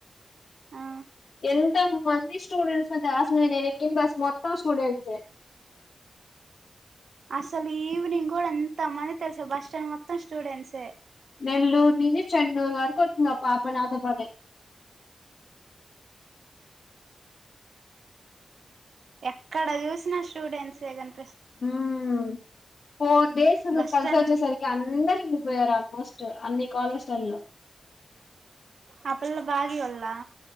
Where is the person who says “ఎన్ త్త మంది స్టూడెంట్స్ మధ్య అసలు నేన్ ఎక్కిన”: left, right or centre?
Left